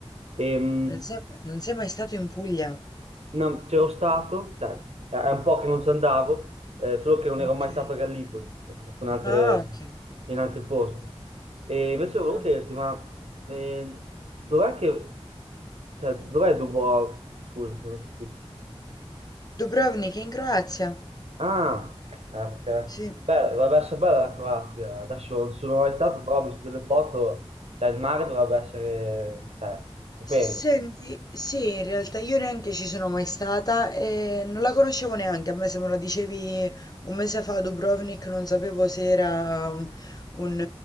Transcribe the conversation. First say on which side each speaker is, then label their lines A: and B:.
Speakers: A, on the right (about 80°); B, on the left (about 35°).
A: Ehm,
B: non sei, non sei mai stato in Puglia?
A: No, c'ero stato, cioè, è è un po' che non ci andavo, eh, solo che non ero
B: Ok.
A: mai stato a Gallipoli, ero stato in altre-
B: Ah, ok.
A: in altri posti. E invece volevo
B: Ah.
A: chiederti, ma eh, dov'è che, cioè, dov'è Dubrovnik? Scusa, se non ho capito.
B: Dubrovnik è in Croazia?
A: Ah, ah, perché,
B: Sì.
A: beh, dovrebbe essere bella la Croazia, adesso non sono mai stato, però ho visto delle foto, cioè il mare dovrebbe essere, cioè, stupendo.
B: Senti, sì, in realtà io neanche ci sono mai stata e non la conoscevo neanche. A me se me la dicevi un mese fa a Dubrovnik non sapevo se era un, un-